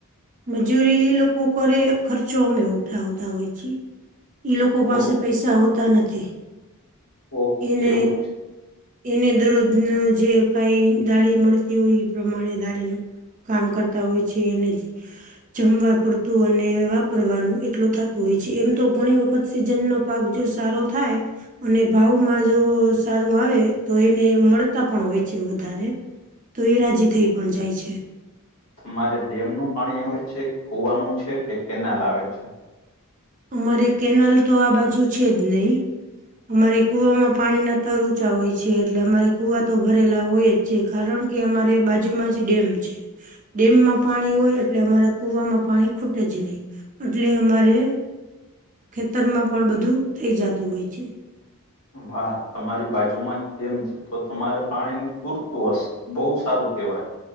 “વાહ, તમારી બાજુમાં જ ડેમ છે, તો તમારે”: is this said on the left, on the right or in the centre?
Left